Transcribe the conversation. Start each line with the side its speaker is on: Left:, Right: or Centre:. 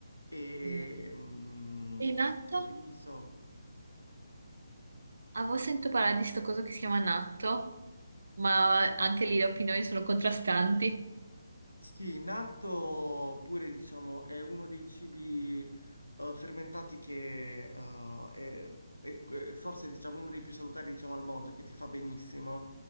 Left: e
Right: Eh.
Left: mm,
Right: E il natto?
Left: riso.
Right: Avevo sentito parlare di sto coso che si chiama natto, ma anche lì le opinioni sono contrastanti.
Left: Sì, natto pure diciamo è uno dei cibi eh, fermentati che eh, è, è- è forse diciamo uno dei più salutari diciamo al mondo, che ti fa benissimo,